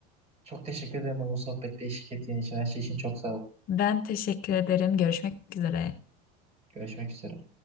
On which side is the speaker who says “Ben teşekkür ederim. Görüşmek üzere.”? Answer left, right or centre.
Left